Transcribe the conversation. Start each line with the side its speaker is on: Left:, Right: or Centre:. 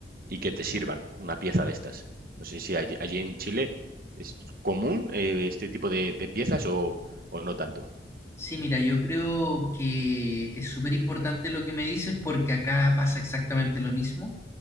Right: y que te sirvan una pieza de estas. No sé si allí, allí en Chile es común eh, este tipo de, de piezas o, o no tanto.
Left: Sí, mira, yo creo que es súper importante lo que me dices porque acá pasa exactamente lo mismo.